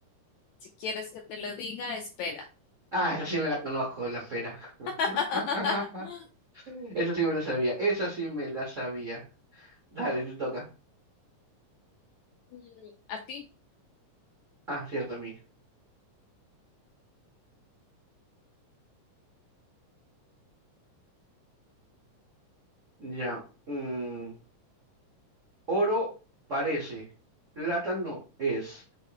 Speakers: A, on the left; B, on the right.
A: Si quieres que te lo diga, espera.
B: Ah, esa sí me la conozco, la pera.
A: <laughs>
B: <laughs> Esa sí me la sabía. Esa sí me la sabía. Dale, te toca.
A: Mm, A ti,
B: Ah, cierto, a mí. Ya. mm, oro parece. Plátano es.